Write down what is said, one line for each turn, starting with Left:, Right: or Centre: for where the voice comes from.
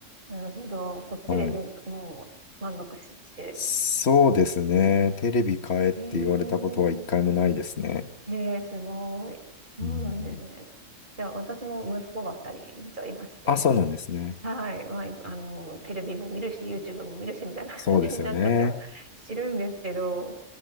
Right: なるほど。そっちでもう、
Left: はい。
Right: もう満足し、して。
Left: そうですね。テレビ買えって言われたことは一回もないですね。
Right: へえ。へえ、すごい。そうなんですね。
Left: うん。
Right: いや、私も息子が二人実はいまして、
Left: あ、そうなんですね。
Right: はい。まあ、あの、テレビも見るし、YouTube も見るし、みたいな感じになっちゃっては
Left: そうですよね。
Right: いるんですけど、